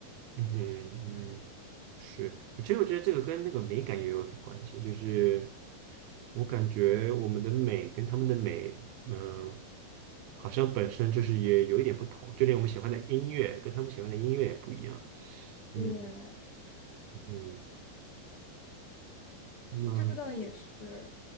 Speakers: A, on the right; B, on the left.
A: 嗯哼，嗯，是，我其实我觉得这个跟那个美感也有点关系，就是我感觉我们的美跟他们的美，嗯、好像本身就是也有一点不同，就连我们喜欢的音乐跟他们喜欢的音乐也不一样。
B: 对，
A: 嗯嗯嗯，
B: 这倒也是。